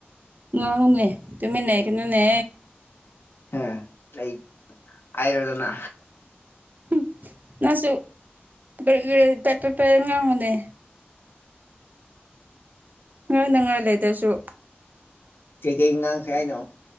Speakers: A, on the right; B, on the left.
A: ꯉꯥꯡꯉꯨꯅꯦ ꯇꯃꯤꯟ ꯂꯩ ꯒꯅꯨ ꯅꯦ
B: ꯍꯥ ꯂꯩ ꯍꯥꯏꯔꯣꯗꯅ
A: ꯍꯝ ꯅꯪꯁꯨ ꯀꯔꯤ ꯀꯔꯤ ꯄꯦ ꯄꯦꯄ ꯉꯥꯡꯉꯨꯅꯦ ꯉ ꯅꯪ ꯂꯩꯗꯁꯨ
B: ꯆ ꯀ ꯉꯥꯡꯁꯦ ꯍꯥꯏꯥꯏꯅꯦ